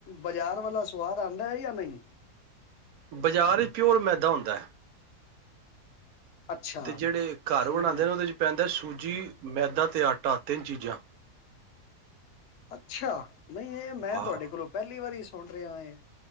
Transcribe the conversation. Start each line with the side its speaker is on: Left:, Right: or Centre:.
Left: ਬਾਜ਼ਾਰ ਵਾਲਾ ਸਵਾਦ ਆਂਦੈ ਯਾ ਨਹੀਂ।
Right: ਬਾਜ਼ਾਰ ਈਚ ਪਿਓਰ ਮੈਦਾ ਹੁੰਦੈ।
Left: ਅੱਛਾ
Right: ਤੇ ਜੇੜੇ ਘਰ
Left: ਠੀਕ
Right: ਬਣਾਂਦੇ
Left: ਹੈ
Right: ਨੇ ਔਦੇ ਚ ਪੈਂਦੈ ਸੂ ਜੀ ਮੈਦਾ ਤੇ ਆਟਾ ਤੇਨ ਚੀਜ਼ਾਂ।
Left: ਅੱਛਾ। ਨਹੀਂ ਏ ਮੈਂ
Right: ਹਾਂ
Left: ਤੁਵਾਡੇ ਕੋਲੋਂ ਪੈਲੀ ਵਾਰੀ ਸੁ ਸੁਣ ਰਿਆ ਏ।